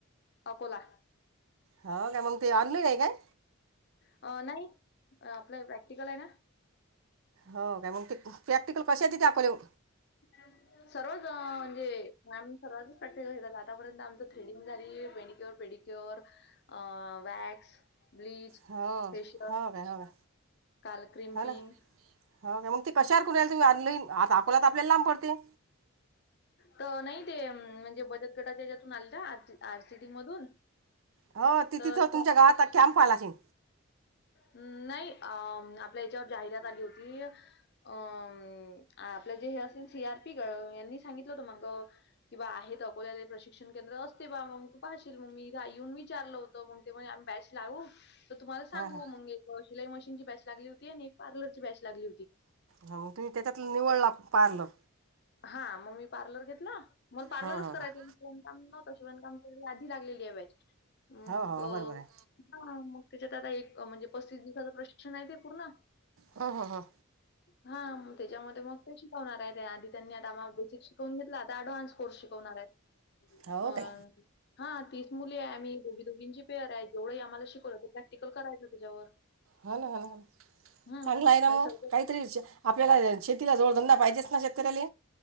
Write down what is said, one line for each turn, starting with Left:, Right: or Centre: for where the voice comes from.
Left: अकोला.
Right: हाव काय? मग ते ऑनलाईन हाय काय?
Left: अ, नाही. आपलं प्रॅक्टिकलय ना.
Right: हो काय. मग ते प्रॅक्टिकल कशात दाखवलेव
Left: <unintelligible> सर्वच अ म्हणजे, मॅम सर्वाचच प्रॅक्टिकल घेतात. आतापर्यंत आमचं थ्रेडिंग झाली मेनिक्युलर, पेडिक्युलर क्यूअर, अ वॅक्स, ब्लीच
Right: हो,
Left: फेशियल
Right: हो का हो.
Left: काल क्रिम्पिंग
Right: झालं. हो, का? मग ती कशावर करू राहिले तुम्ही. ऑनलाईन. आत्ता अकोला तर आपल्याला लांब पडतय.
Left: त नाही ते म्हणजे, बचत गटाच्या ज्यातून आले ना R G, R C D मधून.
Right: हो. ति
Left: तर
Right: तिथं, तुमच्या गावात कॅम्प आला असेल.
Left: हम्, नाही. अ आपल्या याच्यावर जाहिरात आली होती. अं आपलं जे हे असेल सी आर पी यांनी सांगितलं होत मग. किंवा आहे अकोल्याले प्रशिक्षण केंद्र असते बा मग तू पाहशील मग येऊन विचारलं होतं मग. ते म्हणले बॅच लावू? तर तुम्हाला सांगू
Right: हां हां
Left: मग एक शिलाई मशीनची बॅच लागली होती आणि एक पार्लरची बॅच लागली होती.
Right: हा मग तुम्ही त्याच्यात निवडला
Left: तर
Right: पार्लर!
Left: हा, मग मी पार्लर घेतल मग पार्लरच
Right: हां हां
Left: करायचं
Right: हां
Left: होतं. शिवणकाम नव्हत शिवणकाम आधी लागलेली आहे बॅच मग
Right: हो हो हो बरोबर आहे
Left: ह मग त्याच्यात आता एक म्हणजे पस्तीस दिवसाचं प्रशिक्षण आहे ते पूर्ण.
Right: हा हा हा
Left: हा त्याच्यामध्ये मग ते शिकवणार आहे त्या आधी त्यांनी आता मग ते शिकवून घेतल आता अँडव्हान्स कोर्स शिकवणार आहेत
Right: हो काय
Left: अं हा तीस मुली आहे आम्ही दोघी दोघींची पेअर आहे जेवढंही आम्हाला शिकवलं ते प्रॅक्टिकल करायचं त्याच्यावर.
Right: हा ना हा ना ह
Left: हं,
Right: चांगला आहे ना
Left: म्हणजे
Right: मग
Left: सगळं
Right: काहीतरी विचार आपल्याला शेतीला जोडधंदा पाहिजेच ना शेतकऱ्याला.